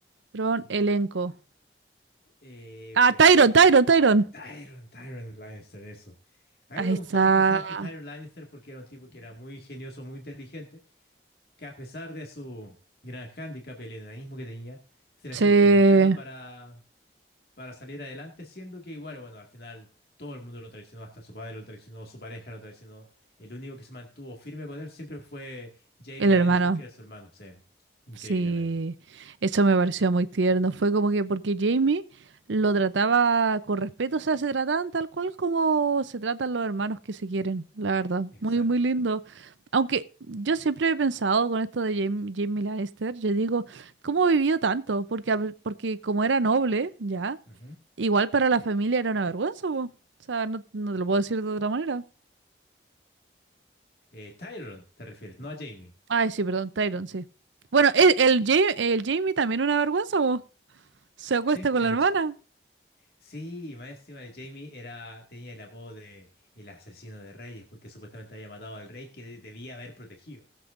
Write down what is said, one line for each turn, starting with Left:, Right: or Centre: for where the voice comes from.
Right: Thrones, elenco.
Left: Eh,
Right: Ah,
Left: espera,
Right: Tyron,
Left: a ver, a ver.
Right: Tyron, Tyron.
Left: Tyrion, Tyrion Lannister, eso. A
Right: Ahí
Left: mí me
Right: está.
Left: gustaba el personaje de Tyrion Lannister porque era un tipo que era muy ingenioso, muy inteligente que a pesar de su gran hándicap, el enanismo que tenía, se las
Right: Sí,
Left: ingeniaba
Right: el
Left: para, para salir adelante, siendo que igual, bueno, al final todo el mundo lo traicionó, hasta su padre lo traicionó, su pareja lo traicionó. El único que se mantuvo firme con él siempre fue Jaime
Right: hermano.
Left: Lannister, que era su hermano, sí, increíblemente.
Right: Sí, eso me pareció muy tierno. Fue como que porque Jamie lo trataba con respeto, o sea, se trataban tal cual como se tratan los hermanos que se quieren, la verdad.
Left: Exacto.
Right: Muy, muy lindo. Aunque yo siempre he pensado con esto de Jamie, Jamie Lannister, yo digo, ¿cómo vivió tanto? Porque, a- porque como era noble, ya,
Left: Ujú.
Right: igual para la familia era una vergüenza, po. O sea, no, no te lo puedo decir de otra manera.
Left: Eh, Tyrion, te refieres, no a Jaime.
Right: Ay, sí, perdón, Tyron, sí. Bueno, el, el, Ja- el Jamie también una vergüenza, po. Se acuesta
Left: Sí,
Right: con
Left: el,
Right: la hermana.
Left: sí, más encima de Jaime era, tenía el apodo de el asesino de reyes, porque supuestamente había matado al rey que de- debía haber protegido.